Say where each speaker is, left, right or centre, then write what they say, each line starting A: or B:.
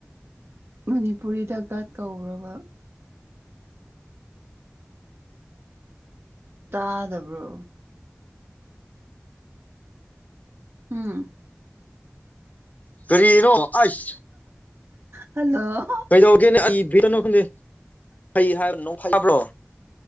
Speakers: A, on the right (about 65°); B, on the left (about 35°).
A: ꯃꯅꯤꯄꯨꯔꯤꯗ ꯒꯠ ꯀꯧꯕ꯭ꯔꯕ ꯇꯥꯗꯕ꯭ꯔꯣ ꯎꯝ
B: ꯀꯔꯤꯔꯣ ꯑꯁ
A: ꯍꯜꯂꯣ
B: ꯀꯩꯗꯧꯒꯦꯅꯦ ꯑꯩꯅꯣ ꯈꯪꯗꯦ ꯍꯥꯏꯕ꯭ꯔꯣ ꯇꯥꯕ꯭ꯔꯣ